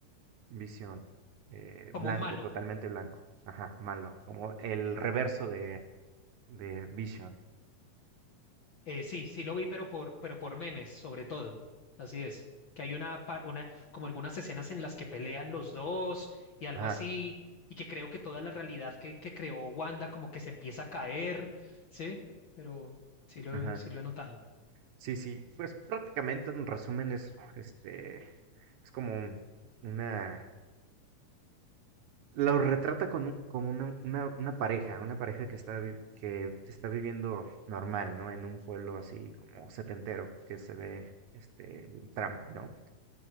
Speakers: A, on the right; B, on the left.
A: Vision, eh,
B: Como
A: blanco,
B: un malo.
A: totalmente blanco. Ajá, malo, como el reverso de, de Vision.
B: Eh, sí, sí lo vi, pero por, pero por memes, sobre todo. Así es. Que hay una, pa- una, como algunas escenas en las que pelean los dos y algo
A: Ajá,
B: así, y que creo que toda la realidad que, que creó Wanda como que se empieza a caer, ¿sí? Pero sí lo,
A: ajá.
B: he- sí lo he notado.
A: Sí, sí, pues prácticamente en resumen es este, Es como un- una, lo retrata con un- como una, una, una pareja, una pareja que está, vi- que está viviendo normal, ¿no? En un pueblo así como setentero, que se ve este el trama, ¿no?